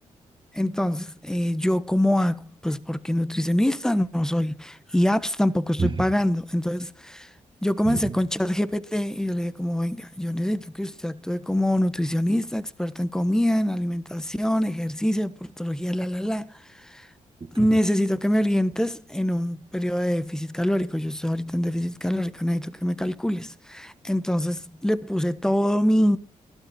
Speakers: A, in the centre; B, on the right (about 35°).
A: entonces, eh, ¿yo cómo hago? Pues porque nutricionista no, no soy y apps tampoco estoy
B: <laughs>
A: pagando. Entonces, yo comencé
B: Bien,
A: con ChatGPT y yo le dije como, venga, yo necesito que usted actúe como nutricionista, experta en comida, en alimentación, ejercicio, deportología, la, la, la.
B: ok.
A: Necesito que me orientes en un periodo de déficit calórico. Yo estoy ahorita en déficit calórico, necesito que me calcules. Entonces, le puse todo mi